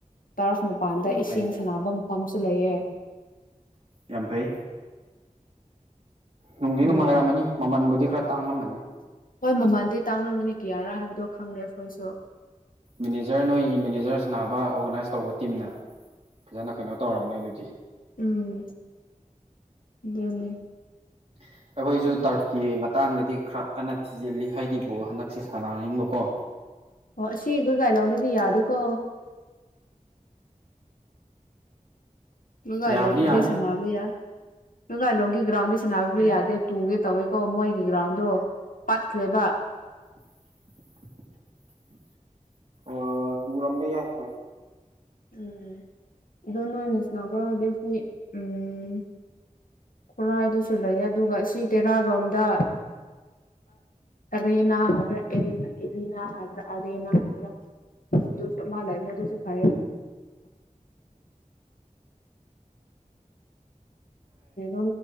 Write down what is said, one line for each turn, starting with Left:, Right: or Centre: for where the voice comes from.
Left: ꯇꯔꯐ ꯃꯄꯥꯟꯗ
Right: ꯌꯥꯝ
Left: ꯏꯁꯤꯡ
Right: ꯐꯩꯅꯦ
Left: ꯁꯥꯟꯅꯕ ꯃꯐꯝꯁꯨ ꯂꯩꯑ
Right: ꯌꯥꯝ ꯐꯩ ꯅꯨꯡꯗꯤ
Left: ꯎꯝ
Right: ꯅꯨꯡꯉꯥꯏꯔꯝꯃꯅꯤ ꯃꯃꯜꯕꯨꯗꯤ ꯈꯔ ꯇꯥꯡꯉꯝꯕꯅꯤ
Left: ꯍꯣꯏ ꯃꯃꯥꯟꯗꯤ ꯇꯥꯡꯅꯉꯅ ꯀꯤꯌꯥꯔꯥ ꯍꯥꯏꯕꯗꯣ ꯈꯪꯂꯗꯦ ꯑꯩꯈꯣꯏꯁꯨ
Right: ꯃꯦꯅꯦꯖꯔ ꯅꯣꯏꯒꯤ ꯃꯦꯅꯦꯖꯔ ꯁꯥꯟꯅꯕ ꯑꯣꯔꯒꯅꯥꯏꯁ ꯇꯧꯕ ꯇꯤꯝꯅ ꯐꯖꯅ ꯀꯩꯅꯣ ꯇꯧꯔꯝꯅꯦ ꯑꯗꯨꯗꯤ
Left: ꯎꯝ ꯑꯗꯨꯅꯦ
Right: <inaudible> ꯑꯩꯈꯣꯏꯁꯨ ꯇꯔꯐꯀꯤ ꯃꯇꯥꯡꯗꯗꯤ ꯈꯔ ꯀꯟꯅ ꯊꯤꯖꯤꯜꯂꯤ ꯍꯥꯏꯗꯤ ꯕꯣꯜ ꯍꯟꯗꯛꯁꯦ ꯁꯥꯔꯅꯤꯡꯕꯀꯣ
Left: ꯑꯣ ꯁꯤꯈꯒ ꯂ ꯑꯣꯅꯗꯤ ꯌꯥꯗ ꯀꯣ ꯃꯒꯥꯏ
Right: ꯌꯥꯕꯗꯤ
Left: ꯂꯣꯗꯗꯤ
Right: ꯌꯥꯅꯤ
Left: ꯁꯅꯥꯕ ꯌꯥ ꯀꯂꯣꯒꯤ ꯒ꯭ꯔꯥꯎꯟꯗꯤ ꯁꯥꯟꯅꯕꯤꯕ ꯌꯥꯗꯦ ꯇꯨꯒꯦ ꯇꯧꯏꯤꯀꯣ ꯃꯣꯏꯒꯤ ꯒ꯭ꯔꯥꯎꯟꯗꯣ ꯄꯠꯈ꯭ꯔꯦꯕ
Right: <inaudible> ꯑꯣ ꯇꯨ ꯔꯝꯝꯕꯩ ꯌꯥꯏ ꯍꯣꯏ
Left: ꯎꯝ ꯑꯗꯨꯣ ꯅ ꯅꯁꯅꯥꯒ꯭ꯔꯗꯁꯅꯤ ꯎꯝ ꯈꯨꯔꯥꯏꯗꯨꯁꯨ ꯂꯩ ꯑꯗꯨꯒ ꯁꯤ ꯇꯦꯔꯥꯔꯣꯝꯗ ꯑꯔꯦꯅꯥ ꯍꯥꯏꯕ꯭ꯔꯥ ꯑꯦꯔꯤꯅꯥ ꯑꯦꯔꯤꯅꯥ ꯍꯥꯏꯕ꯭ꯔꯥ ꯑꯔꯦꯅꯥ ꯍꯥꯏꯕ꯭ꯔꯥ ꯁꯨ ꯃꯥ ꯂꯥꯏ ꯃ ꯇꯁꯨꯁꯨ ꯐꯥꯏꯔ ꯣ